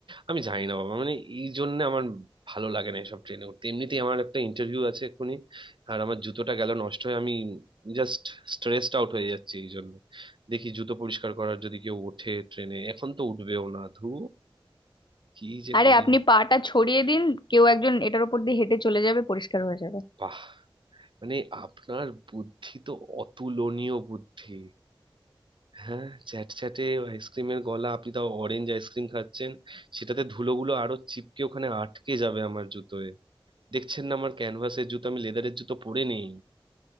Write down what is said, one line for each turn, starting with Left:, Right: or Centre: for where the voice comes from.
Right: আমি জানি না বাবা মানে এই জন্য আমার ভালো লাগে না এসব ট্রেনে উঠতে এমনিতেই আমার একটা ইন্টারভিউ আছে এক্ষুনি আর আমার জুতোটা গেল নষ্ট হয়ে আমি জাস্ট স্ট্রেসড আউট হয়ে যাচ্ছি এই জন্য দেখি জুতো পরিষ্কার করার যদি কেউ ওঠে ট্রেনে এখন তো উঠবেও না ধু কি যে
Left: আরে
Right: করি
Left: আপনি পাটা ছড়িয়ে দিন কেউ একজন এটার উপর দিয়ে হেঁটে চলে যাবে পরিষ্কার হয়ে যাবে
Right: বাহ মানে আপনার বুদ্ধি তো অতুলনীয় বুদ্ধি হ্যাঁ চ্যাট চ্যাটে আইসক্রিমের গলা আপনি তাও অরেঞ্জ আইসক্রিম খাচ্ছেন সেটাতে ধুলোগুলো আরো চিপকে ওখানে আটকে যাবে আমার জুতোয় দেখছেন না আমার ক্যানভাসের জুতো আমি লেদারের জুতো পরে নেই